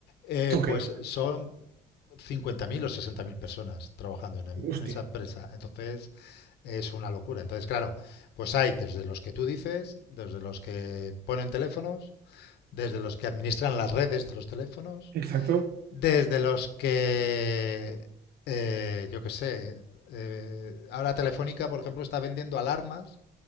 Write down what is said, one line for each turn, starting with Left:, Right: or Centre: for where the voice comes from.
Left: Eh,
Right: Ok,
Left: pues
Right: ok.
Left: son 50.000 o 60.000 personas trabajando en, em-
Right: Hostia.
Left: en esa empresa. Entonces, es una locura. Entonces, claro, pues hay desde los que tú dices, desde los que ponen teléfonos, desde los que administran las redes de los teléfonos,
Right: Exacto.
Left: desde los que, eh, yo qué sé, eh, ahora Telefónica, por ejemplo, está vendiendo alarmas.